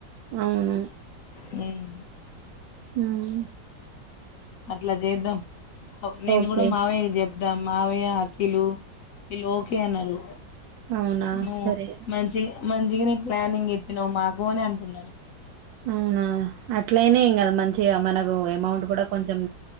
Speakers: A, on the right (about 85°); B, on the left (about 70°).
A: అవును
B: హ్మ్
A: ఉహ్
B: అట్లా చేద్దాం నేను
A: ఓకే
B: కూడా మావయ్య చెప్ ద మావయ్య అఖిలు వీళ్ళు ఓకే అన్నారు
A: అవునా
B: ను
A: సరే
B: మంచి మంచిగనే నీ ప్లానింగ్ ఇచ్చినావ్ మాకు అని అంటున్నరు
A: అవునా అట్లయిన ఏం కాదు మంచిగా మనక్ డు అమౌంట్ కూడా కొంచెం